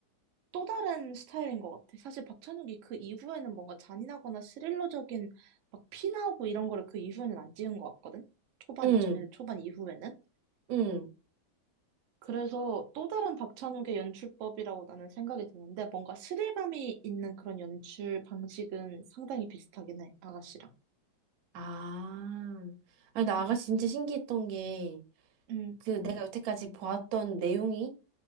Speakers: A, on the right; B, on the right.
A: 또 다른 스타일인 것 같아. 사실 박찬욱이 그 이후에는 뭔가 잔인하거나 스릴러적인 막 피나오고 이런 거를 그 이후에는 안 찍은 것 같거든? 초반,
B: 응,
A: 2000년대 초반 이후에는?
B: 응.
A: 그래서 또 다른 박찬욱의 연출법이라고 나는 생각이 드는데 뭔가 스릴감이 있는 그런 연출 방식은 상당히 비슷하긴 해, 아가씨랑.
B: 아, 아니, 나
A: 음,
B: 아가 씨 진짜 신기했던 게,
A: 응,
B: 그 내가 여태까지 보았던 내용이,